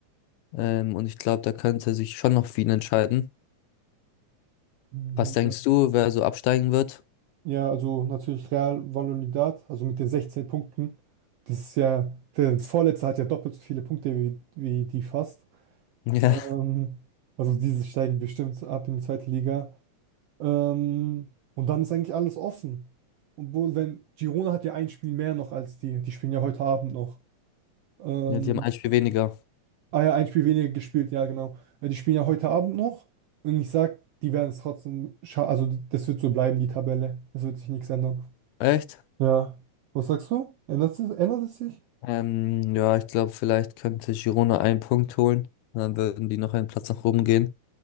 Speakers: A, on the left; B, on the right.
A: Ähm, und ich glaube, da könnte sich schon noch viel entscheiden.
B: Mhm,
A: Was denkst
B: Ja.
A: du, wer so absteigen wird?
B: Ja, also natürlich Real Valladolid, also mit den 16 Punkten. Das ist ja, der Vorletzte hat ja doppelt so viele Punkte wie, wie die fast.
A: <laughs> Ja,
B: Ähm, also diese steigen bestimmt ab in die zweite Liga. Ähm, und dann ist eigentlich alles offen. Und wo, wenn Girona hat ja ein Spiel mehr noch als die, die spielen ja heute Abend noch. Ähm,
A: ja, die haben ein Spiel weniger.
B: Ah ja, ein Spiel weniger gespielt, ja, genau. Weil Die spielen ja heute Abend noch und ich sag, die werden es trotzdem scha- Also, die- das wird so bleiben, die Tabelle. Es wird sich nichts ändern.
A: Echt?
B: Ja. Was sagst du? Ändert es, ändert es sich?
A: Ähm, ja, ich glaube, vielleicht könnte Girona einen Punkt holen. Und dann würden die noch einen Platz nach oben gehen.